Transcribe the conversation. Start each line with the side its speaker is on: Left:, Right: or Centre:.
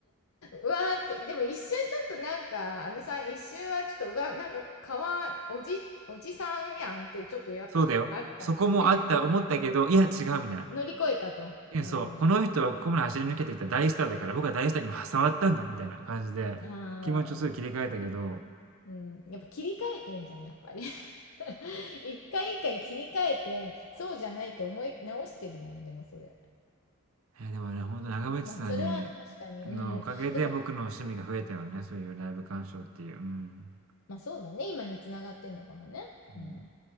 Left: うわーってでも一瞬ちょっとなんかあのさん一瞬はちょっとうわなんか川おじおじさんやんってちょっとやっぱあったもんね
Right: そうだよ。そこもあった、思ったけど、いや違うみたいな。
Left: 乗り越えたと、
Right: え、
Left: うん、
Right: そう、この人はここまで走り抜けてきた大スターだから、僕は大スターにも触ったんだみたいな感じで、
Left: ああ
Right: 気持ちをすぐ切り替えたけど、
Left: うん、やっぱ切り替えてんじゃん、やっぱり。<laughs> 一回一回切り替えて、そうじゃないって思い直してるやん、でもそれ。
Right: えーでもね、本当長渕さんに、
Left: まあ、それは確かに、うん。
Right: のおかげで僕の趣味が増えたよね、
Left: でも、
Right: そういうライブ鑑賞っていう。うん。う
Left: まあそうだね、今につながってんのかもね。
Right: んい
Left: うん。